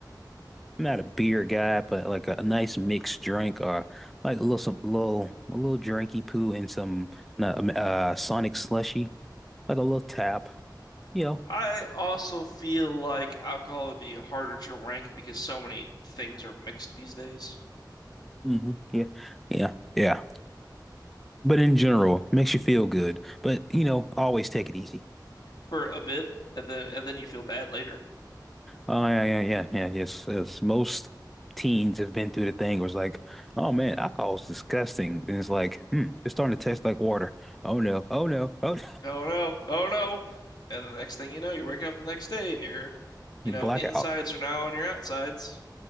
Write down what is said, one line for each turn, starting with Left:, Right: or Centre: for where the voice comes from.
Centre: I'm not a beer guy, but like a, a nice mixed drink or like a little some little a little drinky poo and some uh, um, uh Sonic slushy, like a little tap. You
Left: <laughs>
Centre: know.
Left: I also feel like alcohol would be harder to rank because so many things are mixed these days
Centre: hmm Yeah. Yeah. Yeah. But in general, it makes you feel good. But you know, always take it easy.
Left: for a bit, and then and then you feel bad later.
Centre: Oh yeah, yeah, yeah, yeah. Yes, yes. Most teens have been through the thing where it's like, oh man, alcohol is disgusting. And it's like, hmm, it's starting to taste like water. Oh no, oh no, oh
Left: Oh no, oh no. And the next thing you know, you're waking up the next day and your,
Centre: <laughs>
Left: you
Centre: blackout.
Left: know, insides are now on your outsides.